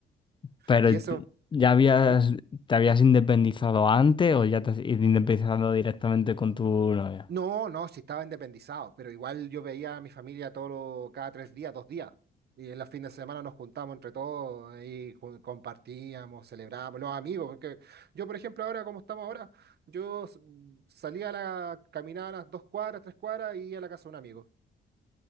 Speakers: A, on the left; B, on the right.
A: Pero
B: Y eso,
A: ¿ya habías,
B: ¿Mm?
A: te habías independizado antes o ya te has independizado directamente con tu novia?
B: No, no, sí estaba independizado, pero igual yo veía a mi familia todos cada tres días, dos días. Y en los fines de semana nos juntábamos entre todos, ahí ju- compartíamos, celebrábamos, los amigos, porque yo, por ejemplo, ahora como estamos ahora, yo s- salía a la, caminaba a las dos cuadras, tres cuadras y iba a la casa de un amigo.